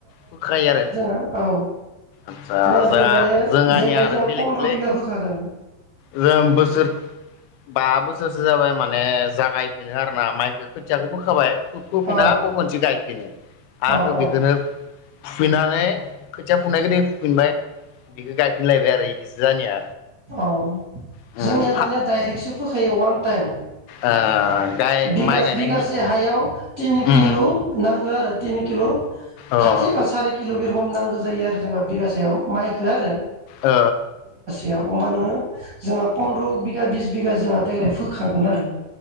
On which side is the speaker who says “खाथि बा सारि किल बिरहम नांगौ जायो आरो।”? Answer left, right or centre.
Right